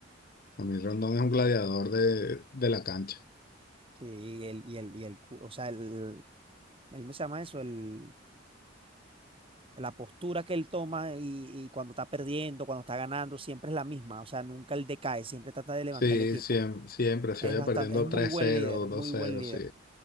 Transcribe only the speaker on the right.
Sí, Y el, y el, y el, cu- o sea, el, el, ¿cómo se llama eso? El, la postura que él toma y, y cuando está perdiendo, cuando está ganando, siempre es la misma. O sea, nunca él decae, siempre trata de levantar
el equipo.
Es
bastante,
es muy
buen
líder, muy
buen
líder.